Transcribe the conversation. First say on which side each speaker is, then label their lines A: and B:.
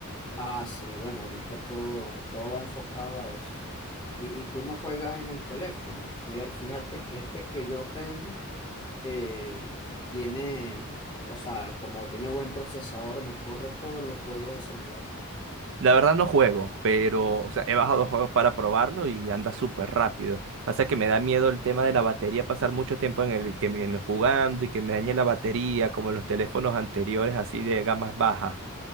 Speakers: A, on the left (about 20°); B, on the right (about 60°).
A: Ah, sí, bueno, ahorita todo, todo va enfocado a eso. Y, y tú no juegas en el teléfono. Fí- Fíjate que este que yo tengo eh, tiene, o sea, como tiene buen procesador, me corre todos los juegos de celular.
B: La verdad no juego, pero o sea, he bajado juegos para probarlo y anda súper rápido. Pasa que me da miedo el tema de la batería, pasar mucho tiempo en el, que, me- en jugando y que me dañe la batería, como los teléfonos anteriores así de gamas bajas.